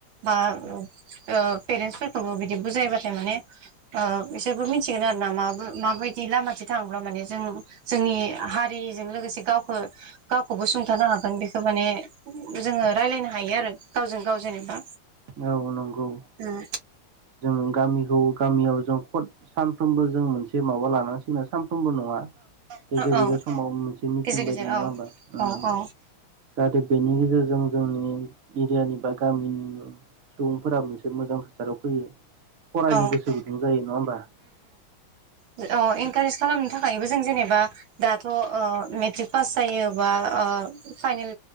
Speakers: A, on the right; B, on the right.
A: बा उम ओ पेरेन्टस फोरखौबो बिदि बुजायबाथाय माने ओ बिसोरबो मिनथिगोन आरो ना मा बो माबायदि लामाथिं थाङोब्ला माने जों जोंनि हारि जों लोगोसे गावखो गावखौबो सुंथानो हागोन बेखो माने जोङो रायलायनो हायो आरो गावजों गाव जेनेबा
B: औ नंगौ
A: उम
B: जों गामिखौ गामियाव जों ख'द सानफ्रोमबो जों मोनसे माबा लानांसिनो साम फ्रोमबो नङा गेजेर
A: औ
B: गेजेर
A: औ
B: समाव मोनसे मिथिं
A: गेजेर
B: बायदि
A: गेजेर
B: नोङा
A: औ
B: होमबा उम
A: औ औ
B: जाहाथे बेनि गेजेरजों जोंनि एरियानि बा गामिनि सुबुंफोरा मोनसे मोजां थासारियाव फैयो फरायनो
A: औ
B: गोसो गुदुं जायो नङा होमबा?
A: अ इनकारेज खालामनो थाखायबो जों जेनेबा दाथ' ओ मेट्रिक पास जायोबा ओ फाइनेल